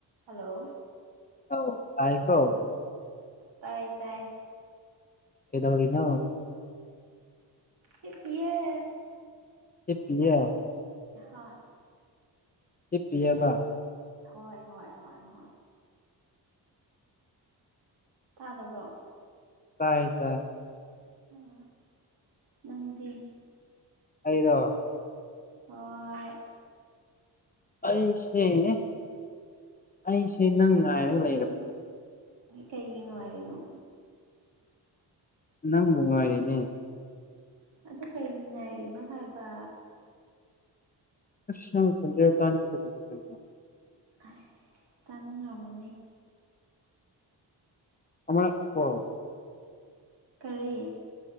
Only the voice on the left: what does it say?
ꯑꯧ ꯇꯥꯏꯀ‌‌ꯣ
ꯀꯦꯗꯧꯔꯤꯅꯣ
ꯍꯤꯞꯄꯤꯌꯦ
ꯍꯤꯞꯄꯤꯑꯕ
ꯇꯥꯏ ꯇꯥꯏ
ꯑꯩꯔꯣ
ꯑꯩꯁꯦꯡꯉ‌ꯦ ꯑꯩꯁꯦ ꯅꯪ ꯉꯥꯏꯔꯒ ꯂꯩꯔꯕꯅꯤꯅꯦ
ꯅꯪꯕꯨ ꯉꯥꯏꯔꯤꯅꯦ
ꯑꯁꯤꯡ <unintelligible> ꯈ‌ꯣꯡꯖ‌ꯦꯜ ꯆꯅꯤꯡꯔꯒ ꯂꯩꯕ ꯀꯩꯅ‌ꯣꯅ‌ꯦ
ꯑꯃ <unintelligible>